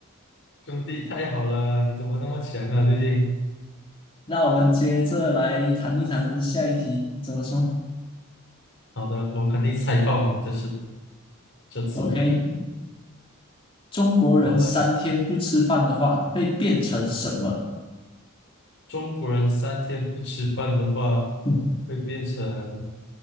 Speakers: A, on the left (about 55°); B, on the left (about 25°).
A: 兄弟，太好了，你怎么那么强啊？最近，
B: 那我们接着来谈一谈下一题，怎么说
A: 好的，我肯定猜爆你，这是这次。
B: ？OK，中国人三天不吃饭的话，
A: 好了，
B: 会变成什么？
A: 中国人三天不吃饭的话，
B: <laughs>
A: 会变成